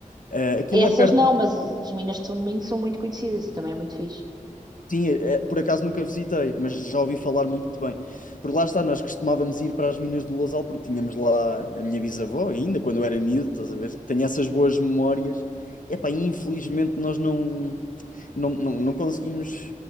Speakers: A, on the left; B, on the right.
A: Eh, aquilo
B: Essas
A: é perto
B: não,
A: de.
B: mas as as minas de São Domingos são muito conhecidas e também é muito fixe.
A: Sim, eh, eh, por acaso nunca visitei, mas já ouvi falar muito bem. Porque lá está, nós costumávamos ir para as minas do Lousal, porque tínhamos lá a minha bisavó ainda, quando eu era miúdo, estás a ver? Tenho essas boas memórias. Epá, infelizmente nós não, não, não, não conseguimos